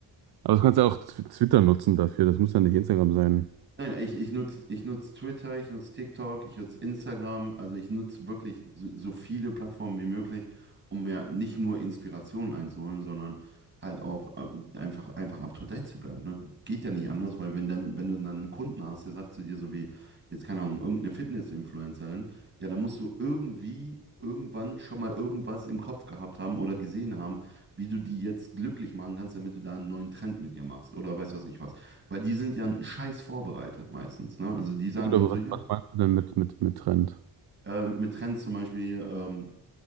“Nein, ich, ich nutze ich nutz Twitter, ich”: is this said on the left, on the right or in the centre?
Right